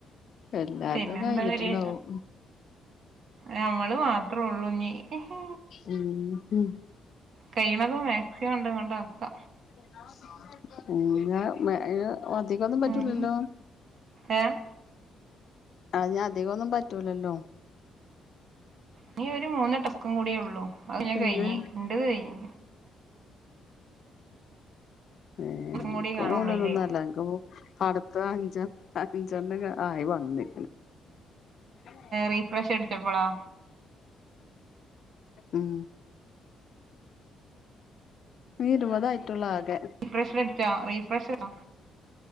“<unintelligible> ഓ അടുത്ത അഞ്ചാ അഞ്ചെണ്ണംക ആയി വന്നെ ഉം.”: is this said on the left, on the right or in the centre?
Left